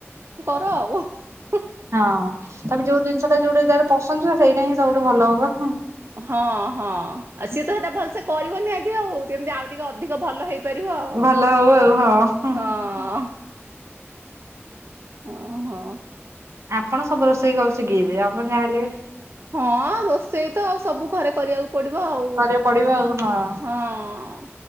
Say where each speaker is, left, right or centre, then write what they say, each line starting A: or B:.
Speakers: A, on the right; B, on the right.
A: ହଉ ।
B: ହଁ ତମେ ଯୋଉ ଜିନିଷ ଟା ଯୋଉଟା ଯାର- ପସନ୍ଦ ଥିବ ସେଇଟା ହିଁ ସବୁଠୁ ଭଲ ହବ।
A: ହଁ ହଁ ଆଉ ସିଏ ତ ସେଟା ଭଲସେ କରିବ ନିହାତି ଆଉ ଟିକେ ଅଧିକ ଭଲ ହେଇପାରିବ ଆଉ
B: ଭଲ ହଉ ଆଉ ହଁ
A: ହଁ। ଓ ହୋ।
B: ଆପଣ ସବୁ ରୋଷେଇ କରି ଶିଖି ଯାଇଛନ୍ତି ଆପଣ ଯାହା ହେଲେ ବି
A: ହଁ ରୋଷେଇ ତ ଆଉ ସବୁ ଘରେ କରିବାକୁ। ପଡିବ ଆଉ
B: କରିବାକୁ ପଡିବ ଆଉ ହଁ ନ
A: <inaudible> ହଁ।